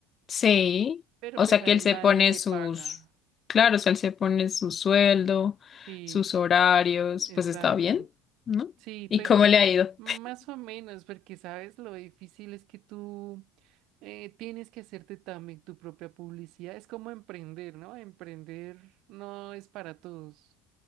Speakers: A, on the left; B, on the right.
A: sí.
B: Pero
A: O sea
B: pues a
A: que él
B: él
A: se
B: nadie
A: pone
B: le
A: sus,
B: paga.
A: claro, o sea, él se pone su sueldo,
B: Sí,
A: sus horarios,
B: exacto.
A: pues está bien, ¿no?
B: Sí,
A: ¿Y
B: pues
A: cómo le ha ido?
B: más o menos, porque sabes lo difícil es que tú eh, tienes que hacerte también tu propia publicidad. Es como emprender, ¿no? Emprender no es para todos.